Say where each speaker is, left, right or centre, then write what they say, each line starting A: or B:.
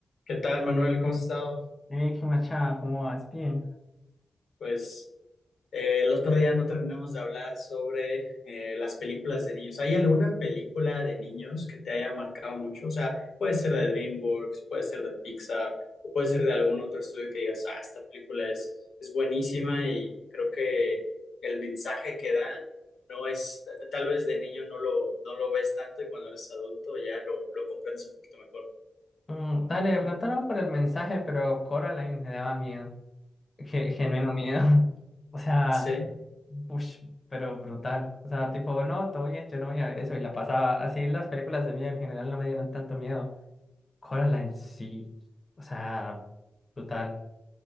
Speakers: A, on the left; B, on the left.
A: ¿Qué tal, Manuel? ¿Cómo has estado?
B: Hey, qué machada, ¿cómo vas? Bien.
A: Pues eh, el otro día no terminamos de hablar sobre eh, las películas de niños. ¿Hay alguna película de niños que te haya marcado mucho? O sea, puede ser de DreamWorks, puede ser de Pixar, o puede ser de algún otro estudio que digas, ah, esta película es, es buenísima y creo que el mensaje que da no es, tal vez de niño no lo, no lo ves tanto y cuando eres adulto ya lo, lo comprendes un poquito mejor.
B: Mm, dale, de pronto no por el mensaje, pero Coraline me daba miedo. Ge- genuino miedo. <laughs> O sea,
A: Sí,
B: ush, pero brutal. O sea, tipo, no, todo bien, yo no voy a ver eso. Y la pasaba. Así las películas de miedo en general no me dieron tanto miedo. Coraline sí. O sea, brutal.